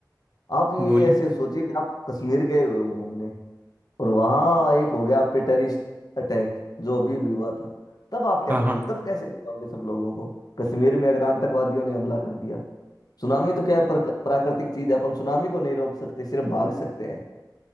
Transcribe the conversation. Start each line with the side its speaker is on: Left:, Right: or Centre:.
Left: आप ये
Right: बोलिए
Left: ऐसे सोचिए कि आप कश्मीर गए हुए हो घूमने और वहां एक हो गया आप पे टेररिस्ट अटैक जो अभी भी हुआ था तब आप क्या
Right: हाँ
Left: करोगे
Right: हाँ
Left: तब कैसे बताओगे सब लोगों को कश्मीर में अगर आतंकवादियों ने हमला कर दिया सुनामी तो क्या है, पर, प्राकृतिक चीज है अपन सुनामी को नहीं रोक सकते सिर्फ भाग सकते हैं